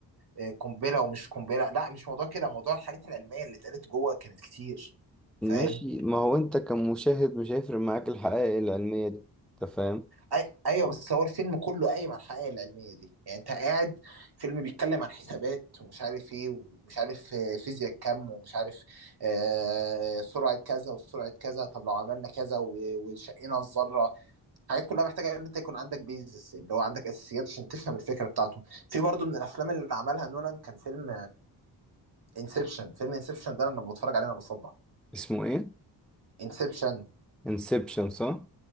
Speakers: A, on the right (about 55°); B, in the centre.
A: آه، قنبله ومش قنبله لا مش موضوع كده موضوع الحاجات العلميه اللي اتقالت جوه كانت كتير
B: ماشي
A: فاهم
B: ما هو انت كمشاهد مش هيفرق معاك الحقائق العلمية دي انت فاهم
A: أي... ايوه بس هو الفيلم كله قايم على الحقائق العلميه دي يعني انت قاعد فيلم بيتكلم عن حسابات ومش عارف ايه ومش عارف آه، فيزياء كم ومش عارف آه سرعه كذا وسرعه كذا طب لو عملنا كذا و... وشقينا الذره الحاجات كلها محتاجه ان انت يكون عندك بيزس اللي هو عندك اساسيات عشان تفهم الفكره بتاعته في برضو من الافلام اللي عملها نولان كان فيلم انسبشن فيلم انسبشن ده لما بتفرج عليه انا بصدع
B: اسمه ايه
A: انسبشن
B: انسبشن صح